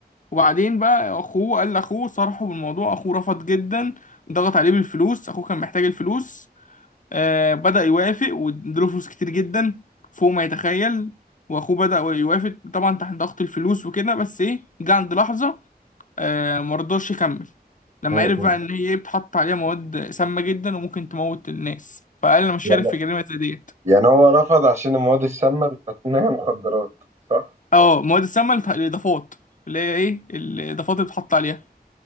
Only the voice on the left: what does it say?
وبعدين بقى اخوه قال لاخوه صرحه بالموضوع اخوه رفض جدا ضغط عليه بالفلوس اخوه كان محتاج الفلوس آه بدأ يوافق واداله فلوس كتير جدا فوق ما يتخيل واخوه بدأ يوافق طبعا تحت ضغط الفلوس وكده بس ايه جه عند لحظة آه مرضاش يكمل لما
عرف بقى ان هي ايه بتحط عليها مواد سامة جدا وممكن تموت الناس فقال انا مش
شارك في جريمة زي ديت
اه مواد السامة الت- الاضافات اللي هي ايه الاضافات اللي بتحط عليها